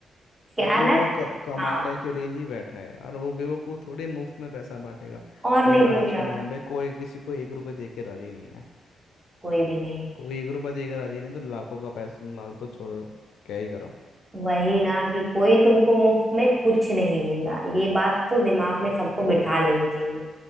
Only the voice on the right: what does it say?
क्या
है ना
हाँ
और
नहीं
तो क्या
कोई भी नहीं
वही ना कि कोई तुमको मुफ्त में कुछ नहीं देगा ये बात तो दिमाग
में सबको बिठा लेनी चाहिए